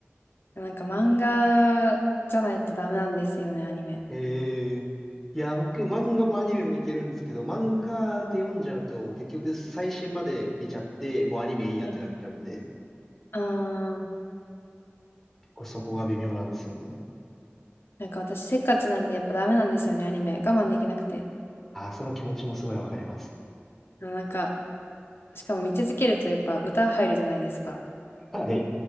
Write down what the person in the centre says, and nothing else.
ええいや、僕、漫画もアニメもいけるんですけど、漫画で読んじゃうと、結局最新まで見ちゃって、もうアニメいいやってなっちゃうんで、
これそこが微妙なんですよね。
ああその気持ちもすごいわかります。
はい。